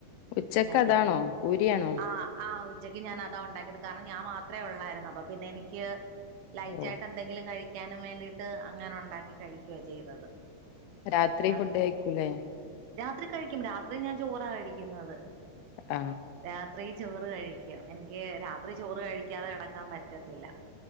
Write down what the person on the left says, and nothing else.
ഉച്ചക്ക്
അതാണോ പൂരിയാണോ?
ഓ
രാത്രി
ഫുഡ് കയ്ക്കൂലെ?
ആ